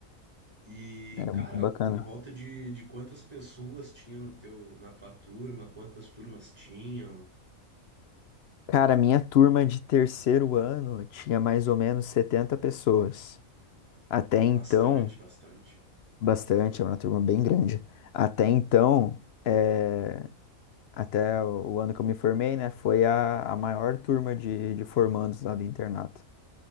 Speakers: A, on the right (about 20°); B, on the left (about 65°).
A: E,
B: Era
A: cara,
B: muito bacana.
A: por volta de, de quantas pessoas tinha no teu, na tua turma, quantas turmas tinham?
B: Cara, a minha turma de terceiro ano tinha mais ou menos 70 pessoas. Até então,
A: Bastante, bastante.
B: bastante, era uma turma bem grande. Até então, eh, Até o o ano que eu me formei, né? Foi a, a maior turma de, de formandos lá do internato.